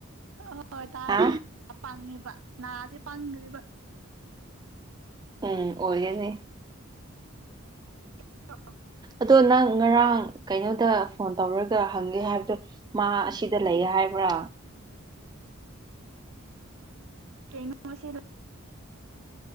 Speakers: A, on the right; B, on the right.
A: ꯑꯣ ꯍꯣꯏ ꯇꯥꯔꯤ
B: ꯍꯥ
A: ꯄꯥꯡꯉꯦꯕ ꯅꯥꯁꯦ ꯄꯪꯒ꯭ꯔꯦꯕ
B: ꯎꯝ ꯑꯣꯏꯌꯦꯅꯦ
A: <inaudible>
B: ꯑꯗꯨ ꯅꯪ ꯉꯔꯥꯡ ꯀꯩꯅꯣꯗ ꯐꯣꯟ ꯇꯧꯔꯒ ꯍꯪꯒꯦ ꯍꯥꯏꯞꯗꯣ ꯃꯥ ꯑꯁꯤꯗ ꯂꯩꯌꯦ ꯍꯥꯏꯕ꯭ꯔꯥ
A: ꯀꯩꯅꯣ ꯁꯤ ꯂꯩ